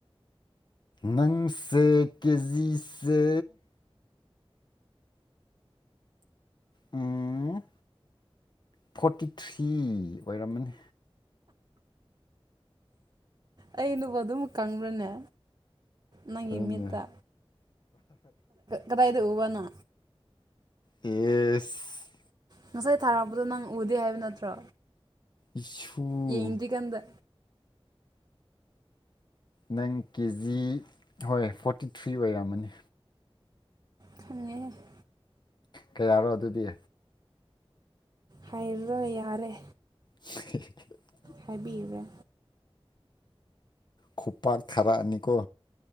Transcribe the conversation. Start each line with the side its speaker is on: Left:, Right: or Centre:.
Left: ꯅꯪꯁꯦ ꯀꯦꯖꯤꯁꯦ ꯎꯝ ꯐꯣꯔꯇꯤ ꯊ꯭ꯔꯤ ꯑꯣꯏꯔꯝꯃꯅꯤ
Right: ꯑꯩꯩꯅꯕꯨ ꯑꯗꯨꯝ ꯀꯪꯕ꯭ꯔꯅꯦ ꯅꯪꯒꯤ
Left: ꯍꯣꯏꯅꯦ
Right: ꯃꯤꯠꯇ ꯀꯗꯥꯏꯗ ꯎꯕꯅꯣ
Left: ꯌꯦꯁ
Right: ꯉꯁꯥꯏ ꯊꯥꯔꯛꯄꯗꯣ ꯅꯪ ꯎꯗꯦ ꯍꯥꯏꯕ ꯅꯠꯇ꯭ꯔꯣ
Left: ꯁꯨ
Right: ꯌꯦꯡꯗ꯭ꯔꯤꯀꯥꯟꯗ
Left: ꯅꯪ ꯀꯦ ꯖꯤ ꯍꯣꯏ ꯐꯣꯔꯇꯤ ꯊ꯭ꯔꯤ ꯑꯣꯏꯔꯝꯃꯅꯤ
Right: ꯈꯉꯦ
Left: ꯀꯩ ꯌꯥꯔꯣ ꯑꯗꯨꯗꯤ
Right: ꯍꯥꯏꯔꯔꯣꯏ ꯌꯥꯔꯦ
Left: <unintelligible>
Right: ꯍꯥꯏꯕꯤꯨꯔꯦ
Left: ꯈꯨꯄꯥꯛ ꯊꯥꯔꯛꯑꯅꯤꯀꯣ